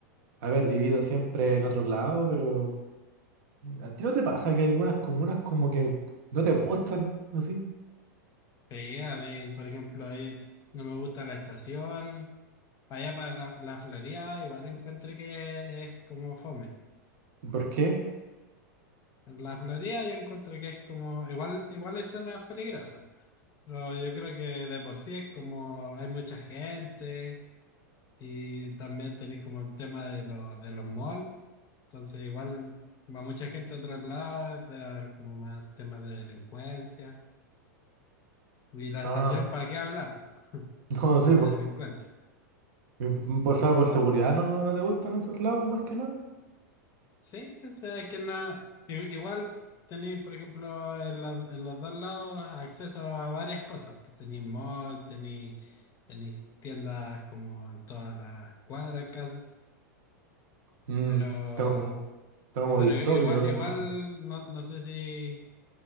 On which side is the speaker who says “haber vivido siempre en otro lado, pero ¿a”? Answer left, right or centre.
Right